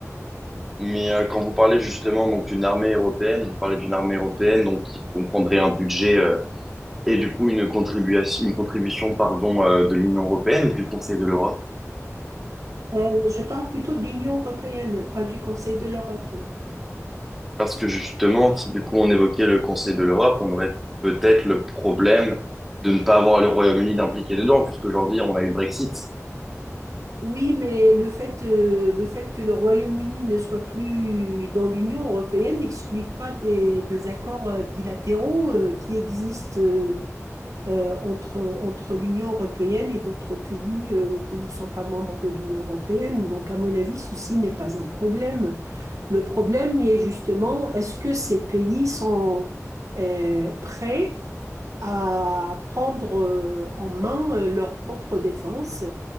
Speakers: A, in the centre; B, on the right.
A: Mais euh, quand vous parlez justement donc d'une armée européenne, vous parlez d'une armée européenne donc qui comprendrait un budget euh, et du coup une contribution, une contribution pardon euh, de l'Union européenne ou du Conseil de l'Europe.
B: Euh, je parle plutôt de l'Union européenne, pas du Conseil de l'Europe.
A: Parce que justement, si du coup on évoquait le Conseil de l'Europe, on aurait peut-être le problème de ne pas avoir le Royaume-Uni d'impliquer dedans, puisqu'aujourd'hui on a eu le Brexit.
B: Oui, mais le fait, euh, le fait que le Royaume-Uni ne soit plus dans l'Union européenne n'exclut pas des, des accords euh, bilatéraux euh, qui existent euh, euh, entre, entre l'Union européenne et d'autres pays euh, qui ne sont pas membres de l'Union européenne. Donc, à mon avis, ceci n'est pas un problème. Le problème est justement, est-ce que ces pays sont euh, prêts à prendre euh, en main euh, leur propre défense